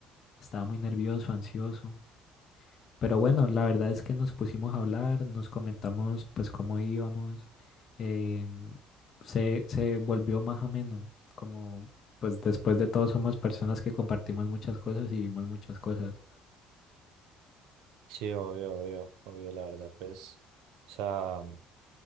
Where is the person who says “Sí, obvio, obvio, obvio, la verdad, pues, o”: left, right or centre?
Right